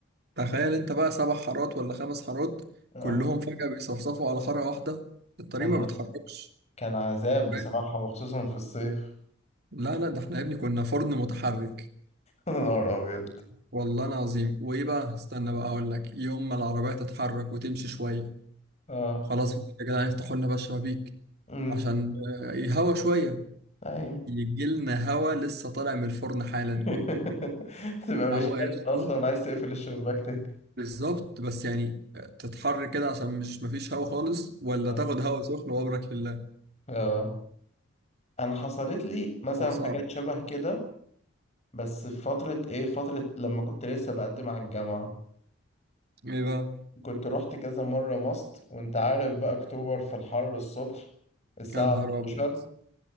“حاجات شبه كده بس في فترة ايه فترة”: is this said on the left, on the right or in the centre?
Left